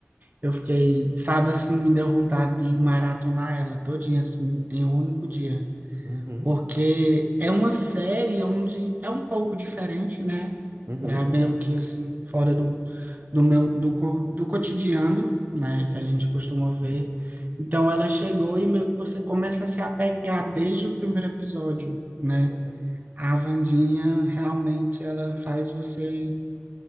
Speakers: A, on the right (about 40°); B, on the right (about 55°).
A: eu fiquei, sabe assim, me deu vontade de maratonar ela todinha assim em um único dia,
B: Uhum,
A: porque é uma série onde é um pouco diferente, né?
B: uhum,
A: Pra meio que assim, fora do, do meu do, co- do cotidiano, né,
B: uhum,
A: que a gente costuma ver. Então ela chegou e meio que você começa a se apegar desde o primeiro episódio, né?
B: uhum,
A: A Wandinha realmente ela faz você